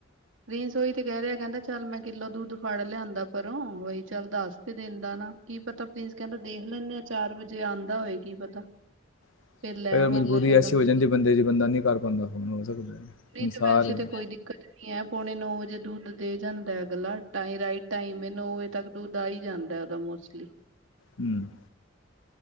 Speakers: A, on the right; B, on the left.
A: ਪ੍ਰਿੰਸ ਉਹੀ ਤੇ ਕਹਿ ਰਿਹਾ ਕਹਿੰਦਾ ਚੱਲ ਮੈਂ ਕਿੱਲੋ ਦੱਧ ਫੜ ਲਿਆਂਦਾ ਪਰੋਂ ਵਹੀ ਚੱਲ ਦੱਸ ਤੇ ਦਿੰਦਾ ਨਾ ਕੀ ਪਤਾ ਪ੍ਰਿੰਸ ਕਹਿੰਦਾ ਦੇਖ ਲੈਂਨੇ ਆ ਚਾਰ ਵਜੇ ਆਉਂਦਾ ਹੋਏ ਕੀ ਪਤਾ
B: <unintelligible>
A: ਫੇਰ ਲੈ ਆਵਾਂਗਾ
B: ਮਜਬੂਰੀ
A: ਕਹਿੰਦਾ
B: ਐਸੀ
A: ਬਜ਼ਾਰ
B: ਹੋ ਜਾਂਦੀ ਬਦੇ ਦੀ ਬੰਦਾ ਨੀ ਕਰ ਬੰਦਾ ਫੋਨ ਹੋ ਸਕਦਾ। ਸੰਸਾਰ
A: ਨਹੀਂ ਤੇ ਵੈਸੇ
B: ਹੈ ਜੀ
A: ਤੇ ਕੋਈ ਦਿੱਕਤ ਨੀ ਹੈ ਪੌਣੇ ਨੋ ਵਜੇ ਦੁੱਧ ਦੇ ਜਾਂ ਦੈ ਅਗਲਾ ਰਾਈਟ ਟਮ ਨੋ ਵਜੇ ਤੱਕ ਦੁੱਧ ਆਈ ਜਾਂਦਾ ਦਾ ਮੋਸਟਲੀ
B: ਹਮ। <inaudible>